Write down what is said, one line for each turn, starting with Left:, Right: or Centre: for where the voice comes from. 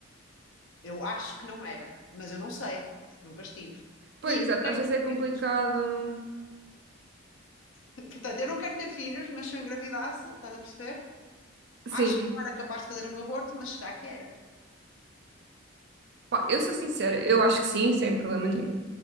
Left: Eu acho que não era, mas eu não sei, porque nunca estive.
Right: Pois,
Left: E
Right: exato,
Left: não quero
Right: às vezes
Left: ter
Right: é complicado.
Left: filhos. <laughs> Portanto, eu não quero ter filhos, mas se eu engravidasse, estás a perceber?
Right: Sim,
Left: Acho que não era capaz de fazer um aborto, mas será que era?
Right: Pá, eu sou sincera, eu acho que sim, sem problema nenhum.